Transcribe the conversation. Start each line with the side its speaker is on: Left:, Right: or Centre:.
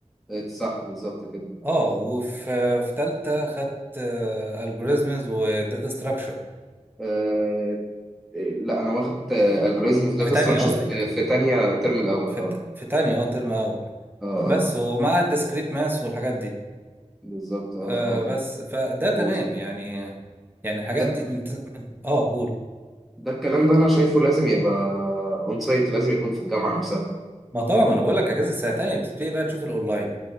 Centre: آه، صح بالظبط كده
Right: اه وفي في تالتة خدت الجوريزمز وداتا ستراكشر
Centre: آه آه، لا انا واخد الجوريزمز داتا
Right: في تانية
Centre: ستراكشر
Right: قصدي
Centre: في تانية الترم الاول
Right: في
Centre: اه
Right: الت- في تانية اه ترم أول
Centre: اه اه
Right: بس ومعاها الديسكريت ماس والحاجات دي
Centre: بالظبط اه
Right: آه
Centre: اه
Right: بس فده تمام
Centre: و...
Right: يعني يعني الحاجات
Centre: لا
Right: دي من, ت- من اه قول
Centre: ده الكلام ده انا شايفه لازم يبقى اون سايت لازم يكون في الجامعه نفسها
Right: ما طبعا ما انا بقول لك اجازه السنه التانية بتبتدي بقى تشوف الاونلاين